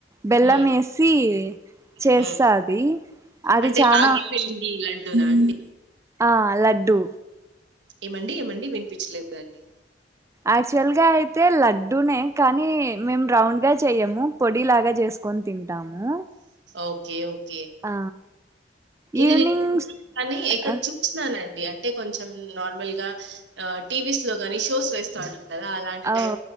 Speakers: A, on the right; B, on the right.
A: బెల్లంమేసి
B: హ్మ్
A: చేస్సది
B: హ్మ్.
A: అది
B: అంటే
A: చానా
B: రాగిపిండి లడ్డూనా అండి?
A: ఆ లడ్ డూ
B: ఏమండి ఏమండి వినిపించలేదన్ డి
A: ఆక్చువల్ గా అయితే లడ్డూనే కానీ మేము రౌండ్ గా చేయము పొడి లాగా చేసుకొని తిన్ టాము
B: ఓకే ఓక్
A: ఆ
B: ఇది
A: ఈవినింగ్స్
B: నేను <inaudible> ను కానీ ఎక్కడో
A: ఆ
B: చూసినానండి అం టే కొంచెం నార్మల్ గా టీవీస్ లో గాని షోస్ వేస్తా ఉంటా కదా అలాంటి
A: ఆ
B: టైం